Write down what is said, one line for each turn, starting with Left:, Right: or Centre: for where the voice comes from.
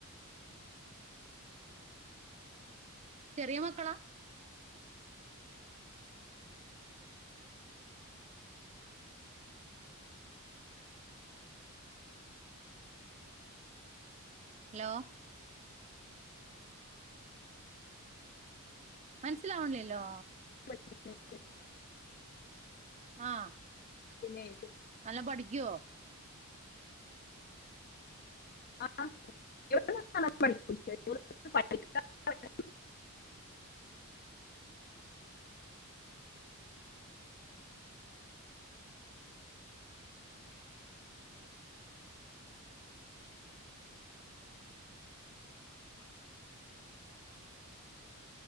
Right: ചെറിയ മക്കളാ ഹലോ മൻസ്സ്ലാവണില്ലല്ലോ
Left: <inaudible>
Right: ആ
Left: പിന്നെ
Right: നല്ല പഠിക്കോ
Left: ആ <unintelligible>